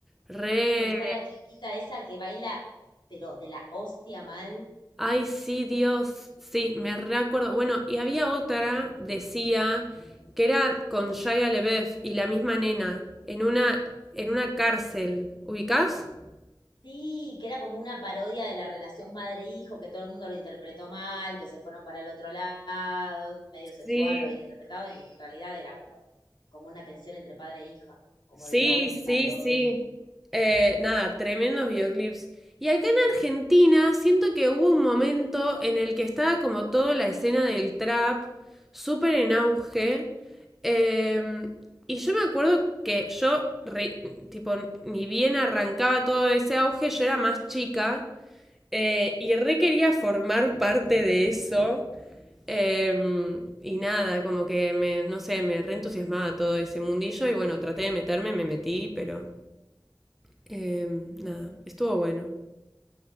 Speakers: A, in the centre; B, on the left.
A: Re.
B: que está la chiquita esa que baila, pero de la hostia mal.
A: Ay, sí, Dios. Sí, me recuerdo. Bueno, y había otra, decía, que era con Shia LaBeouf y la misma nena, en una, en una cárcel. ¿Ubicás?
B: Sí, que era como una parodia de la relación madre-hijo, que todo el mundo lo interpretó mal, que se fueron para el otro lado, medio
A: Sí,
B: sexual lo habían interpretado y en realidad era como, como una tensión entre padre e hija, como
A: Sí,
B: de bronca,
A: sí,
B: de odio.
A: sí. Eh, nada, tremendos videoclips. Y acá en Argentina siento que hubo un momento en el que estaba como toda la escena del trap súper en auge. Eh, y yo me acuerdo que yo, re- tipo, ni bien arrancaba todo ese auge, yo era más chica eh, y re quería formar parte de eso. Eh, y nada, como que me, no sé, me reentusiasmaba todo ese mundillo y bueno, traté de meterme, me metí, pero eh, nada, estuvo bueno.